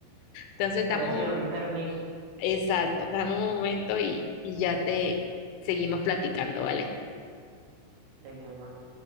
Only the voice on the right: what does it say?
A
ver si le doy permiso
de mi amor.